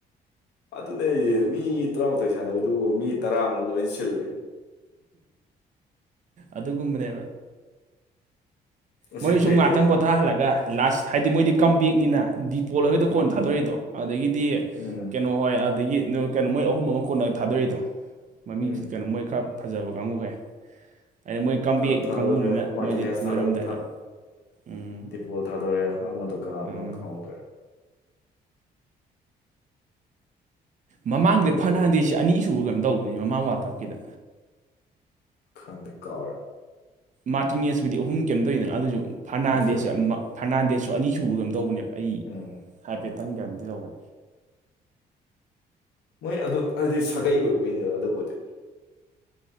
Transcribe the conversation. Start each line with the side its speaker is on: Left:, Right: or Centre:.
Left: ꯑꯗꯨꯅꯦ ꯃꯤ ꯇꯔꯥꯃꯥꯊꯣꯏ ꯁꯥꯟꯅꯕꯗꯨꯕꯨ ꯃꯤ ꯇꯔꯥꯃꯨꯛ ꯂꯣꯏ ꯁꯤꯜꯂꯦ
Right: ꯑꯗꯨꯒꯨꯝꯕꯅꯦꯕ
Left: ꯎꯁꯤꯠꯇ꯭ꯔꯤꯅꯦ
Right: ꯃꯣꯏꯅ ꯁꯨꯨꯝ ꯉꯥꯏꯍꯥꯛꯇꯪ ꯄꯣꯊꯥꯍꯜꯂꯒ ꯂꯥꯁ ꯍꯥꯏꯗꯤ ꯃꯣꯏꯗꯤ ꯀꯝꯕꯦꯛꯅꯤꯅ ꯗꯤꯄꯣꯜ ꯍꯣꯏꯗ
Left: ꯎꯝ
Right: ꯀꯣꯟꯅ ꯊꯥꯗꯣꯔꯛꯏꯗꯣ ꯑꯗꯒꯤꯗꯤ
Left: ꯎꯝ
Right: ꯀꯩꯅꯣ ꯍꯣꯏ ꯑꯗꯒꯤ ꯀꯩꯅꯣ ꯃꯣꯏ ꯑꯍꯨꯝ ꯑꯃ ꯀꯣꯟꯅ ꯊꯥꯗꯣꯔꯛꯏꯗꯣ ꯃꯃꯤꯡ
Left: ꯎꯝ
Right: ꯀꯩꯅꯣ ꯃꯣꯏ ꯈꯔ ꯐꯖꯕ ꯀꯥꯡꯕꯨꯈꯩ ꯍꯥꯏꯗꯤ ꯃꯣꯏ ꯀꯝꯕꯦꯛ
Left: ꯀꯩꯅꯣ ꯊꯥꯗꯣꯔꯛꯑꯦ
Right: ꯀꯥꯡꯕꯨꯨꯅꯤꯅ
Left: ꯃꯥꯔꯇꯤꯅꯦꯁ
Right: ꯃꯣꯏꯗꯤ ꯂꯣꯏꯔꯝꯗꯥꯏꯗ
Left: ꯊꯥꯗꯣꯛ
Right: ꯎꯝ
Left: ꯗꯤꯄꯣꯜ ꯊꯥꯗꯣꯛꯌꯦ ꯑꯃꯗꯨ ꯀꯥꯅꯦꯅꯣ
Right: ꯎꯝ
Left: ꯈꯪꯍꯧꯗ꯭ꯔꯦ
Right: ꯃꯃꯥꯡꯒꯤꯗ
Left: ꯀꯩꯅꯣꯗꯣ
Right: ꯐꯔꯅꯥꯟꯗꯦꯁꯁꯦ ꯑꯅꯤ ꯑꯁꯨꯕ ꯀꯩꯅꯝ ꯇꯧꯕꯅꯤ ꯃꯃꯥꯡ ꯋꯥꯔꯜ ꯀꯞꯀꯤꯗ
Left: ꯈꯪꯗꯤ ꯀꯥꯎꯔꯦꯕ
Right: ꯃꯥꯔꯇꯤꯅꯦꯁꯄꯨꯗꯤ ꯑꯍꯨꯝ ꯀꯩꯝ ꯇꯧꯔꯤꯗꯅ ꯑꯗꯨꯁꯨ ꯐꯔꯅꯥꯟꯗꯦꯁꯦ
Left: ꯑꯍꯨꯝ ꯁꯨꯔꯦ
Right: ꯐꯔꯅꯥꯟꯗꯦꯁꯁꯨ ꯑꯅꯤ ꯁꯨꯕ ꯀꯝ ꯇꯧꯕꯅꯦꯕ ꯑꯩ
Left: ꯎꯝ
Right: ꯍꯥꯏꯐꯦꯠꯇꯪ ꯒꯦꯔꯟꯇꯤ ꯂꯧꯋꯦ
Left: ꯃꯣꯏ ꯑꯗꯨ ꯍꯥꯏꯗꯤ ꯁꯥꯒꯩ ꯑꯣꯏꯕꯩꯅꯤꯗ ꯑꯗꯨꯕꯨꯗꯤ